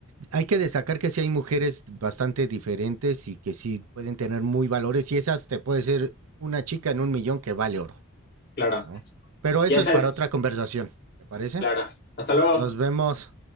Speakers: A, on the right; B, on the left.
A: hay que destacar que sí hay mujeres bastante diferentes y que sí pueden tener muy valores y esas te puede ser una chica en un millón que vale oro,
B: Claro,
A: ¿no? Pero
B: y
A: eso
B: esa
A: es para
B: es,
A: otra conversación, ¿te parece?
B: claro. Hasta luego.
A: Nos vemos.